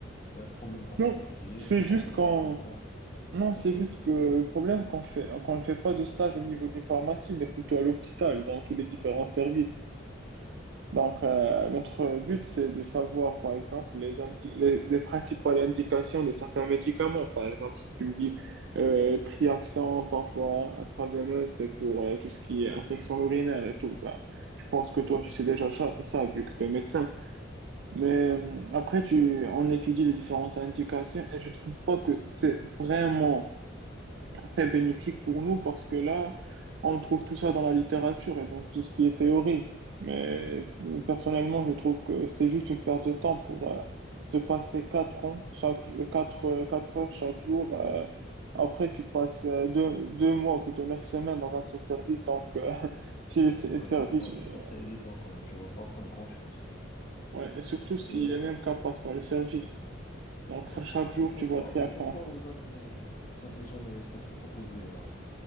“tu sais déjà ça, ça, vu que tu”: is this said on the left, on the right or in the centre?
Right